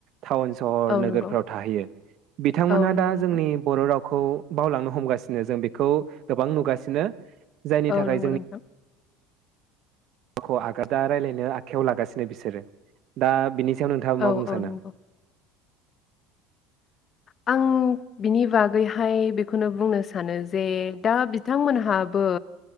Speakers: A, on the right; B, on the left.
A: टाउन सहर
B: औ
A: नोगोरफ्राव
B: नंगौ
A: थाहैयो बिथांमोनहा
B: औ नंगौ
A: दा
B: नोंथां
A: जोंनि बर' राव खौ बावलांनो हमगासिनो जों बेखौ गोबां नुगासिनो जायनि
B: औ
A: थाखाय
B: नंगौ नोंथां ।
A: खौ आगादा राय्लायनो आखायाव लागासिनो बिसोरो दा बिनि नोंथाङाबा
B: औ
A: मा बुं
B: औ
A: सानो?
B: नंगौ आं बिनि बागैहाय बेखौनो बुंनो सानो जे दा बिथांमोनहाबो